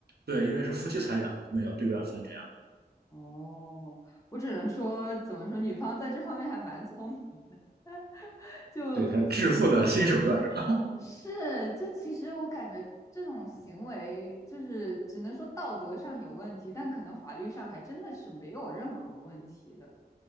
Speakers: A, on the right (about 75°); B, on the left (about 20°).
A: 对，因为是夫妻财产嘛，他们要对半分这样。
B: 哦，我只能说，怎么说，女方在这方面还蛮聪明的 <laughs> 就
A: 对他致富的新手段是吧？
B: 是就其实我感觉这种行为，就是只能说道德上有问题，但可能法律上还真的是没有任何问题的。